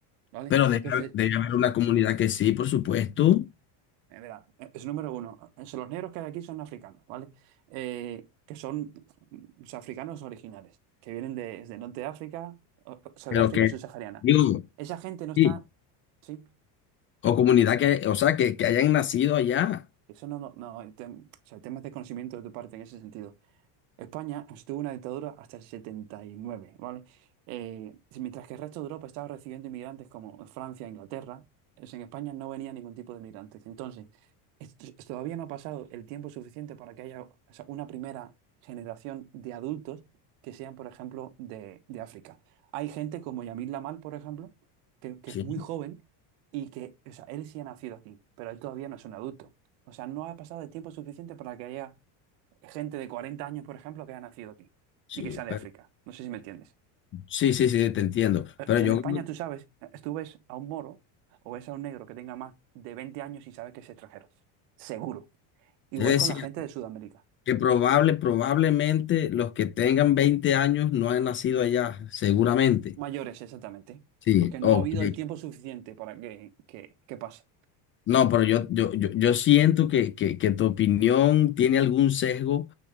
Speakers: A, on the right; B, on the left.
A: ¿vale?
B: pero debe,
A: Entonces,
B: debe haber
A: es,
B: una comunidad que sí, por supuesto,
A: eh, verá, eh, es número uno. Es- los negros que hay aquí son africanos, ¿vale? Eh, que son, mm, o sea, africanos originales, que vienen de- desde Norte de África, o, o sea,
B: pero
A: de África
B: que,
A: subsahariana.
B: digo,
A: Esa gente no está,
B: sí,
A: sí,
B: o comunidad que, o sea, que, que hayan nacido allá.
A: eso no, no, no, en tem- o sea, temas de conocimiento de tu parte en ese sentido. España estuvo en una dictadura hasta el 79, ¿vale? Eh, sí, mientras que el resto de Europa estaba recibiendo inmigrantes como Francia e Inglaterra, es- en España no venía ningún tipo de inmigrantes. Entonces, esto- todavía no ha pasado el tiempo suficiente para que haya, o sea, una primera generación de adultos que sean, por ejemplo, de, de África. Hay gente como Yamil Lamal, por ejemplo, que, que
B: Sí,
A: es muy joven y que, o sea, él sí ha nacido aquí, pero él todavía no es un adulto. O sea, no ha pasado el tiempo suficiente para que haya gente de 40 años, por ejemplo, que ha nacido aquí
B: sí,
A: y que sea de
B: pero,
A: África. No sé si me entiendes.
B: sí, sí, sí, te entiendo,
A: Eh,
B: pero
A: O sea,
B: yo...
A: en España tú sabes, eh, tú ves a un moro o ves a un negro que tenga más de 20 años y sabes que es extranjero. Seguro. Igual
B: Es decir,
A: con la gente de Sudamérica.
B: que probable, probablemente los que tengan 20 años no han nacido allá, seguramente.
A: Mayores, exactamente.
B: Sí,
A: Porque no
B: ok.
A: ha habido el tiempo suficiente para que, que, que pase.
B: No, pero yo, yo, yo, yo siento que, que, que tu opinión tiene algún sesgo